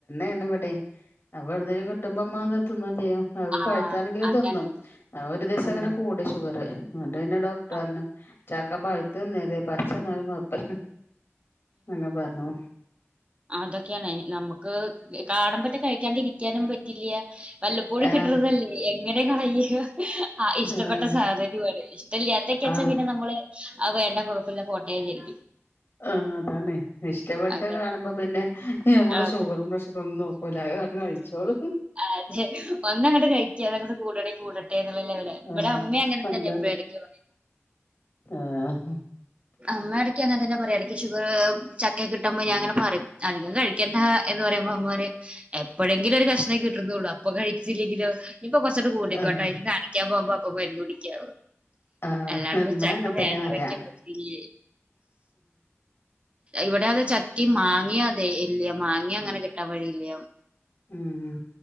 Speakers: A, on the left; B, on the right.
A: പിന്നെ ഇവിടെയ് അപ്പൊ എവിടെന്നങ്കിലും കിട്ടുമ്പോ അമ്മ തിന്നും ചെയും അത്
B: ആഹ്
A: പഴുത്താണെങ്കിലും
B: അതാണ്
A: തിന്നും. ആ ഒരു ദിവസം
B: ഉം
A: അങ്ങനെ കൂടി ഷുഗറ് എന്നിട്ട് പിന്നെ ഡോക്ടർ
B: ആഹ്
A: പർഞ്ഞു ചക്കപ്പഴുത്ത് തിന്നരുതേ പച്ചന്നാലും കൊയപ്പല്ല എന്നൊക്കെ പറഞ്ഞു.
B: അതൊക്കേണ് നമുക്ക് കാണുമ്പറ്റെ കഴിക്കാണ്ടിരിക്കാനും പറ്റില്ല്യ വല്ലപ്പോഴും
A: ആഹ്
B: കിട്ടുന്നതല്ലേ എങ്ങനെ കളയുക ആ ഇഷ്ടപ്പെട്ട
A: ആഹ്
B: സാധനവുമാണ്. ഇഷ്ടമല്ലില്ലാത്തക്കച്ച
A: ആഹ്
B: പിന്നെ നമ്മള് വേണ്ട കൊഴപ്പല്ല പോട്ടേവിചാരിക്കും.
A: ആഹ് അതാണേ ഇഷ്ടപ്പെട്ട
B: അതെ
A: കാണുമ്പോ പിന്നെ നമ്മള്
B: അതെ
A: ഷുഗറും പ്രഷറും ഒന്നും നോക്കൂല അത് അങ്ങ് കഴിച്ചോളും
B: അതെ ഒന്നങ്ങോട്ട് കയി ക്കാതെങ്ങട്ട് കൂടാണേ കൂടട്ടെ എന്നുള്ള ലവലായി ഇവിടെ
A: ആഹ്
B: അമ്മ അങ്ങനെതന്നെ
A: അല്ല
B: എപ്പോഴാടക്ക പറ
A: ആഹ്
B: അമ്മേഎടക്ക് അങ്ങെൻതന്നെ പറയാ എടയ്ക്ക് ഷുഗർ ചക്ക കിട്ടുമ്പോ ഞാൻ ഇങ്ങനെ പറയും അധികം കഴിക്കേണ്ട എന്ന് പറയുമ്പോ അമ്മ പറയും. എപ്പോഴെങ്കിലും ഒരു കഷ്ണേ കിട്ടുന്നള്ളൂ അപ്പൊ കഴിച്ചില്ലെങ്കിലോ? ഇപ്പൊ കൊർച്ചൊക്കെ കൂട്ടിക്കോട്ടെ
A: ആഹ്
B: ഇനി കാണിക്കാൻ പോകുമ്പോ അപ്പൊ മരുന്ന് കുടിക്കാ
A: ആഹ്
B: അല്ലാണ്ടപ്പോ
A: ഇമ്മ
B: ചക്ക
A: അങ്ങനെ
B: വേണ്ട
A: തന്നെ പറയാ
B: വെക്കാൻ പറ്റില്ലേ ഇവിടെ അതെ ചക്കീം മാങ്ങി അതെ ഇല്ല മാങ്ങിം അങ്ങനെ കിട്ടാൻ വഴിയില്ല.
A: ഉം